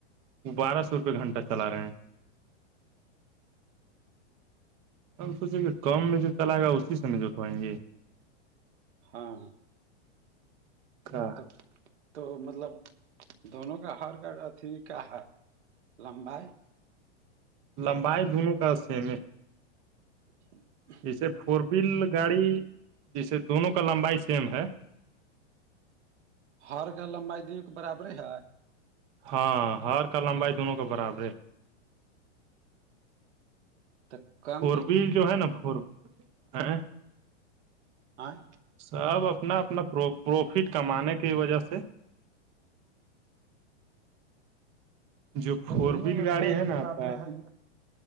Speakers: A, on the right (about 20°); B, on the right (about 75°).
A: وہ بارہ سو روپئے گھنٹہ چلا رہے ہیں ہم سوچے کہ کام میں جو چلاائے گا اسی سے نہیں جوٹوائیں گے
B: ہاں
A: <unintelligible>
B: تو تو مطلب دونوں کا ہار کارڈ ٹھیک ہے لمبائی ہے
A: لمبائی دونوں کا سیم ہے
B: اچھا
A: جیسے فور ویل گاڑی جیسے دونوں کا لمبائی سیم ہے
B: ہر کا لمبائی دیکھ برابر ہے
A: ہاں ہر کا لمبائی دونوں کے برابرے
B: تو کم
A: فور بی جو ہے نا فور ا
B: آاں
A: سب اپنا اپنا پروفٹ کمانے کی وجہ سے جو
B: تو
A: فور
B: دونوں
A: ویل
B: کے
A: گاڑی
B: ہر
A: ہے نا
B: برابر
A: آپ کا
B: ہے